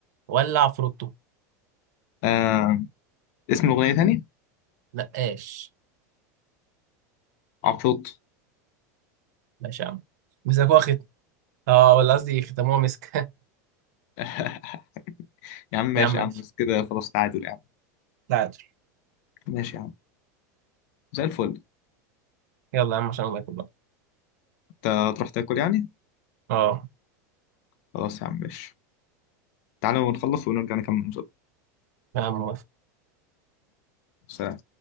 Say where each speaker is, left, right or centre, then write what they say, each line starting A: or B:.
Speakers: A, on the right; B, on the left.
A: ولا عفروتو
B: آه... اسم الاغنيه تاني
A: نقاش
B: عفروت
A: ماشي يا عم مسكوها ختم اه ولا قصدي ختموها مسك <laughs>
B: <laughs> يا عم ماشي
A: يا عم ماشي
B: يا عم بس كده خلاص تعادل يا عم
A: لا عادي.
B: ماشي يا عم زي الفل
A: يلا يا عم عشان الله يكبر
B: انت هتروح تاكل يعني
A: اه
B: خلاص يا عم ماشي تعالوا نخلص ونرجع نكمل المسابقه
A: يا عم
B: سلام